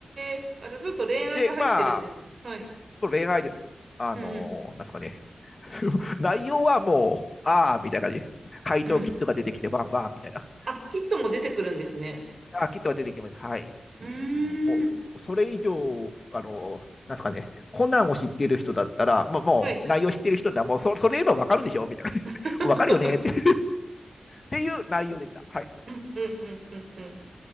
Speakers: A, on the right; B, on the left.
A: えあ、じゃあちょっと恋愛が入ってるんですね。
B: で、まあ、
A: はい。
B: その恋愛ですよ。あのーなんですかね。
A: うん
B: <laughs> 内容はもう、ああ、みたいな感じ。回答キットが出てきて、
A: うん。うん。
B: バンバンみたいな。
A: あ、キットも出てくるんですね。
B: あ、キットが出てきました。はい。
A: うーん。
B: うん、もう、それ以上、あのーなんですかね、コナンを知っている人だったら、もう、もう内容知っている人なら、
A: はい。
B: もうそ、それ言えばわかるでしょみたいな。<laughs>
A: <laughs>
B: わかるよねって <laughs> っていう内容でした。はい。
A: うんうんうんうんうん。